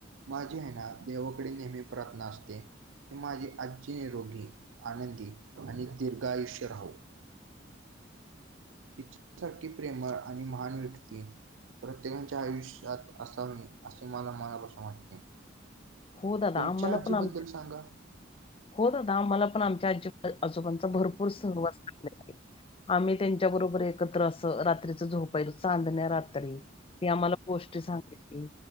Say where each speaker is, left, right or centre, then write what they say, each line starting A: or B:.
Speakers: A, on the right (about 80°); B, on the left (about 30°).
A: माझी आहे ना देवाकडे नेहमी प्रार्थना असते. की माझी आज्जी निरोगी आनंदी आणि दीर्घायुष्य राहो. तिच्यासारखी प्रेमळ आणि महान व्यक्ती प्रत्येकाच्या आयुष्यात असावी असे मला मनापासून वाटते.
B: हो दादा
A: तुमच्या
B: आम्हाला
A: आजीबद्दल
B: पण आमच्या
A: सांगा?
B: हो दादा आम्हाला पण आमच्या आज्जी आजोबांचा भरपूर सहवास आहे. आम्ही त्यांच्या बरोबर एकत्र असं रात्रीचं झोपायचो चांदण्या रात्री ती आम्हाला गोष्ट सांगायची